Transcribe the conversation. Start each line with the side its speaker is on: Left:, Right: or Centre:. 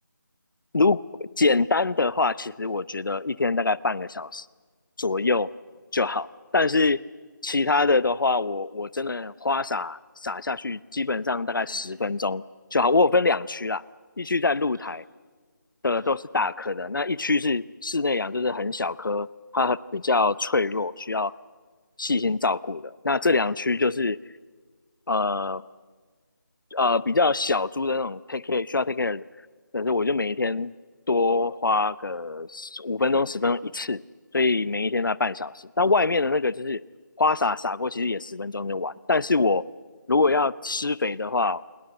Left: 如简单的话，其实我觉得一天大概半个小时左右就好。
Right: 嗯
Left: 但是其他的的话，我我真的花洒洒下去，基本上大概十分钟就好。
Right: <laughs>
Left: 我有分两区啦，一区在露台
Right: 嗯嗯，
Left: 的都是大颗的，
Right: 嗯。
Left: 那一区是室内养，就是很小颗，它比较脆弱，需要细心照顾的。那这两区就是呃呃比较小猪的那种 take care 需要 take care 的，但是我就每一天多花个五分钟十分钟一次，所以每一天大概半小时。但外面的那个就是花洒洒过，其实也十分钟就完。但是我如果要施肥的话，